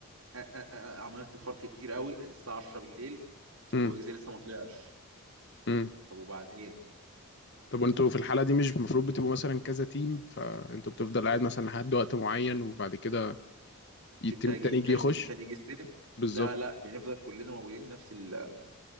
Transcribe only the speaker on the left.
امم
امم
طب وانتوا في الحالة دي مش المفروض بتبقوا مثلا كذا تيم فانتوا بتفضل قاعد مثلا لحد وقت معين وبعد كده
التيم
التاني
يجي يخش
بالظبط